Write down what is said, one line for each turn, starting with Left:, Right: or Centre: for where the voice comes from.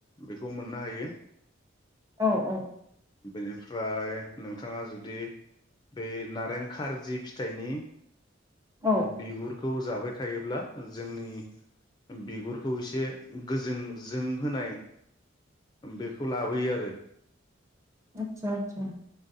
Left: बेखौ मोननो हायो
Right: औ औ
Left: बेनिफ्राय नोंथाङा जुदि बे‌ नारें खारजि फिथायनि
Right: औ
Left: बिगुर खौ जाबाय थायोब्ला जोंनि बिगुरखौ एसे गोजों जों होनाय बेखौ लाबोयो आरो
Right: आतसा आतसा